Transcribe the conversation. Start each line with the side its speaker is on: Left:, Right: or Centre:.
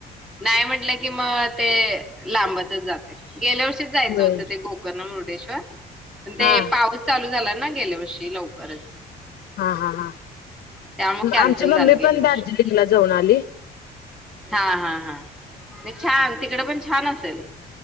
Centre: नाही म्हटलं. की मग ते लांबातच जातय. गेल्या वर्षीच जायचं
Left: होय
Centre: होतं. ते गोकर्ण मुर्डेश्वर पण
Left: हा
Centre: ते पाऊस चालू झाला. ना गेल्या वर्षी लवकरच.
Left: हा. हा. हा.
Centre: त्यामुळे कॅन्सल
Left: आमची
Centre: झालं
Left: मम्मी
Centre: गेल्या
Left: पण.
Centre: वर्षी
Left: दार्जिलिंगला जाऊन आली.
Centre: हा. हा. हा. म छान तिकड पण छान असेल?